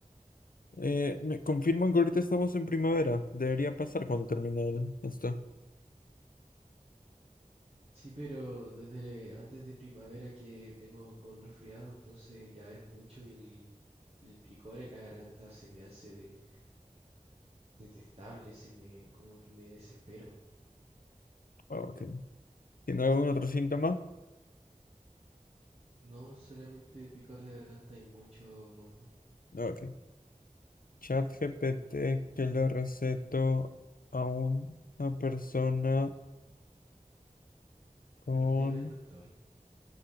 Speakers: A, on the left (about 80°); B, on the right (about 45°).
A: Eh, me confirman que ahorita estamos en primavera. Debería pasar cuando termine el- esto.
B: Sí, pero desde antes de primavera que vengo con resfriado, entonces ya es mucho y el, el picor en la garganta se me hace detestable, se me, como que me desespero.
A: Ah, Ok. ¿Tiene algún otro síntoma?
B: No, solamente picor de garganta y mucho moco.
A: Ah, Ok. Chat GPT que le receto a una persona con...
B: Pero usted no es doctor.